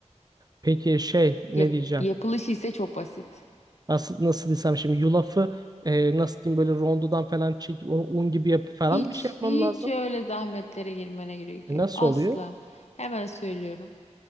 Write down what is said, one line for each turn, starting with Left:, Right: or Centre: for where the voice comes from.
Right: Peki şey ne
Left: Yap,
Right: diyeceğim?
Left: yapılışı ise çok basit.
Right: Nasıl, nasıl desem şimdi yulafı e, nasıl diyeyim böyle rondodan falan çekip onu un gibi yapıp falan
Left: Hiç
Right: bir şey yapmam
Left: hiç
Right: lazım.
Left: öyle zahmetlere girmene gerek
Right: E,
Left: yok
Right: nasıl
Left: asla.
Right: oluyor?
Left: Hemen söylüyorum.